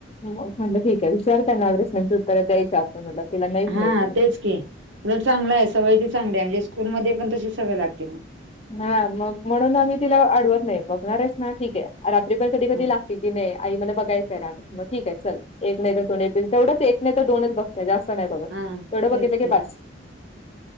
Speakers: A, on the left; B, on the right.
A: म्हटलं ठीक आहे विचारताना प्रश्नांची उत्तर द्यायची आपण म्हटलं तिला नाई म्हणायचं
B: हा
A: नाही.
B: तेच की उलट चांगलं आहे सवय ती चांगली आहे म्हणजे स्कूलमध्ये पण तशीस सवय लागते म.
A: हां मग म्हणून आम्ही तिला आडवत नाही बघणारेस ना ठीक आहे रात्री पण कधी कधी
B: हं.
A: लाग की नाही आई मला बघायचं आहे राम म ठिक आहे चल एक नाही त दोन एक नाही त दोनच बघ तत जास्त नाही बघ तेवढं
B: हा
A: बघितलं
B: तेच
A: की
B: ते
A: बास